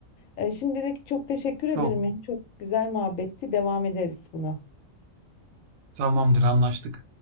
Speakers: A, on the left; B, on the right.
A: E, Şimdilik çok teşekkür ederim
B: Çok.
A: ya. Çok güzel muhabbetti. Devam ederiz buna.
B: Tamamdır anlaştık.